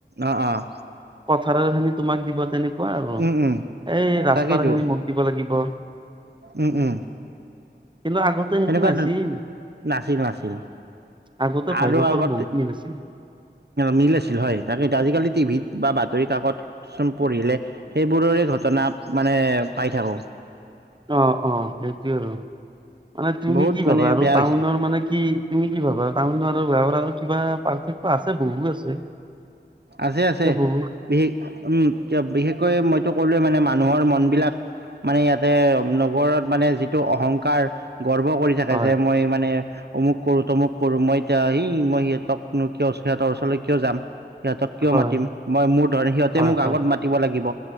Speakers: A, on the right (about 65°); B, on the right (about 25°).
A: অ' অ'
B: পথাৰৰ খিনি তোমাক দিব তেনেকুৱা আৰু,
A: উম উম
B: এই ৰাস্তাৰ
A: তাকেইতো
B: খিনি মোক দিব লাগিব।
A: উম উম।
B: কিন্ত আগত সেইটো
A: এনেকুৱা
B: নাছিল,
A: নাছিল নাছিল
B: আগতে ভাই
A: আৰু
B: হঁতৰ
A: আগতে
B: বহুত মিল আছিল।
A: মিল আছিল হয়, তাকে আজিকালি টিভি বা বাতৰি কাকতচোন পঢ়িলে সেইবোৰৰে ঘটনা মানে পাই থাকো।
B: অ অ সেইটোৱেই আৰু, মানে তুমি
A: বহুত
B: কি
A: মানে
B: ভাবা আৰু
A: বেয়া
B: টাউনৰ
A: হৈছে
B: মানে কি তুমি কি ভাবা তুমি আৰু আৰু কিবা পাৰ্থক্য আছে বহু আছে
A: আছে আছে
B: এতিয়া বহু
A: বিশেষ উম কিবা বিশেষকৈ মইতো সকলোৱে মানে মানুহৰ মন বিলাক মানে ইয়াতে নগৰত মানে যিটো অহংকাৰ গৰ্ব কৰি থাকে
B: হয়
A: যে মই মানে অমুক কৰো। তমুক কৰো মই এতিয়া সি মই সিহঁতকনো কিয় সিহতৰ ওচৰলৈ কিয় যাম। সিহঁতক কিয়
B: হয়
A: মাতিম মই মোৰ ধৰণে সিহঁতে
B: হয়
A: মোক
B: হয়
A: আগত মাতিব লাগিব।